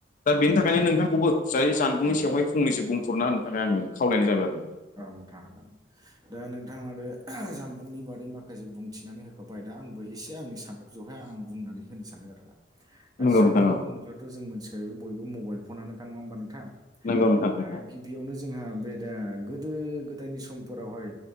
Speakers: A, on the left; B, on the right.
A: दा बेनि थाखायनो
B: औ
A: नोंथांखौबो जाय जानबुंनि
B: नोंथां
A: सायावहाय
B: औ
A: फंनैसो बुंफोरना होनो थाखाय आङो खावलायनाय जाबाय आरो।
B: औ नोंथां हागोन दा नोंथाङा आरो जामबुंनि बादै माखासे बुंथिनानै होखाबाय। दा आंबो एसे आंनि सानथौजोंहाय आं बुंनानै होनो सानदों आरोना। दा
A: नोंथां
B: जामबुं
A: औ
B: होनोब्लाथ' जों मिथिखायो बयबो मबाइल फनानोखा नङा होमबा नोंथां।
A: नंगौ नोंथां औ नंगौ नोंथां नंगौ
B: दा गिबियावनो जोंहा बे दा गोदो गोदायनि समफोरावहाय